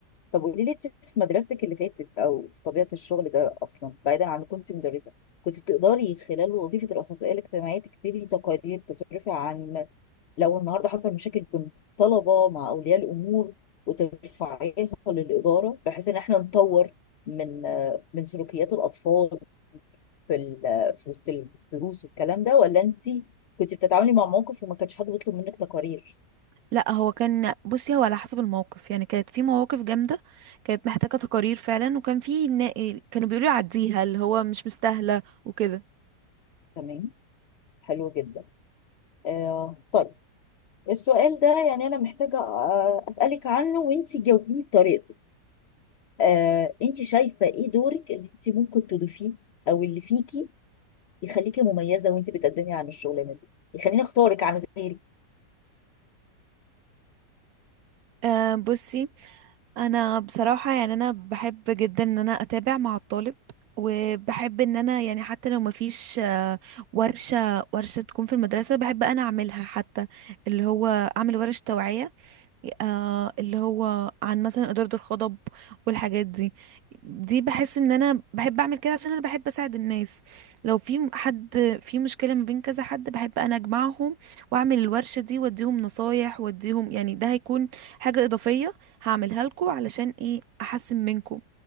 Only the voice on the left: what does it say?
طب قولي لي انت في مدرستك اللي فاتت او في طبيعه الشغل ده اصلا بعيدا عن إنك كنت مدرسه كنت بتقدري خلال وظيفه الاخصائيه الاجتماعيه تكتبي تقارير تترفع عن لو النهارده حصل مشاكل بين طلبه مع اولياء الامور وترفعيها للاداره بحيث ان احنا نطور من من سلوكيات الاطفال في ال- في وسط الدروس والكلام ده ولا انت كنت بتتعاملي مع موقف وما كانش حد بيطلب منك تقارير
تمام حلو جدا آه طيب السؤال ده يعني أنا محتاجة آه، أسألك عنه وأنتي جاوبيني بطريقتك آه، أنتي شايفة إيه دورك اللي أنتي ممكن تضيفيه أو اللي فيكي يخليكي مميزة وأنتي بتقدمي عن الشغلانة دي يخليني أختارك عن غيرك